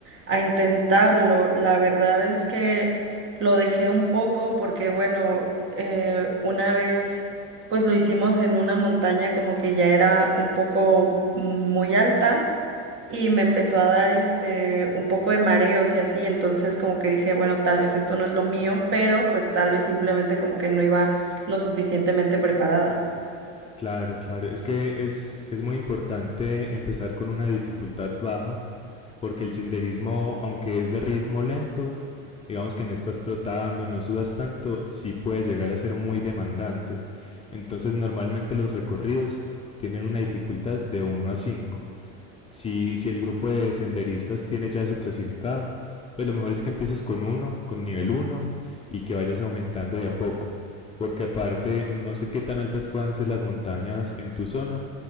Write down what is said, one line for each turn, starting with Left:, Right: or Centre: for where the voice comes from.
Right: a intentarlo. La verdad es que lo dejé un poco porque, bueno, eh, una vez pues lo hicimos en una montaña como que ya era un poco mm, muy alta y me empezó a dar este un poco de mareos y así, entonces como que dije, bueno, tal vez esto no es lo mío, pero pues tal vez simplemente como que no iba lo suficientemente preparada.
Left: Claro, claro. Es que es, es muy importante empezar con una dificultad baja, porque el senderismo, aunque es de ritmo lento, digamos que no estás trotando, no sudas tanto, sí puede llegar a ser muy demandante. Entonces, normalmente los recorridos tienen una dificultad de uno a 5. Si, si el grupo de senderistas tiene ya eso clasificado, pues lo mejor es que empieces con uno, con nivel uno, y que vayas aumentando de a poco. Porque aparte, no sé qué tan altas puedan ser las montañas en tu zona,